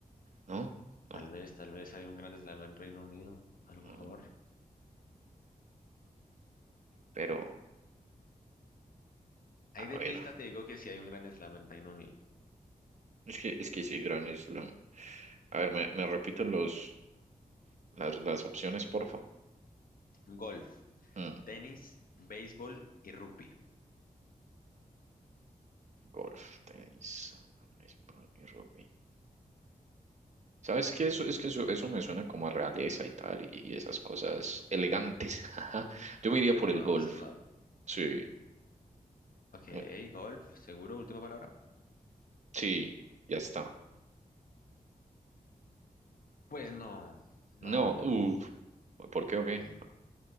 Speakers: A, on the right; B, on the left.
A: ¿no? No.
B: Tal vez, tal vez hay un Grand Slam en Reino Unido, a lo mejor.
A: Mm, Pero,
B: Ahí
A: a
B: de
A: ver.
B: pista te digo que sí hay un Grand Slam en Reino Unido.
A: Es que, es que sí, Grand Slam. A ver, me, me repito los. Las, las opciones, porfa.
B: Golf,
A: Mm,
B: tenis, béisbol y rugby.
A: golf, tenis, béisbol y rugby. ¿Sabes qué? Eso,
B: Ujú.
A: es que eso, eso me suena como a realeza y tal, y, y esas cosas elegantes. <laughs> ajá. Yo me iría
B: El
A: por
B: Grand
A: el golf.
B: Slam.
A: Sí,
B: Ok,
A: me-
B: golf, seguro, última palabra.
A: sí, ya está.
B: Pues no, no,
A: No,
B: no, no,
A: uff.
B: no, no.
A: ¿Por qué o qué?
B: No,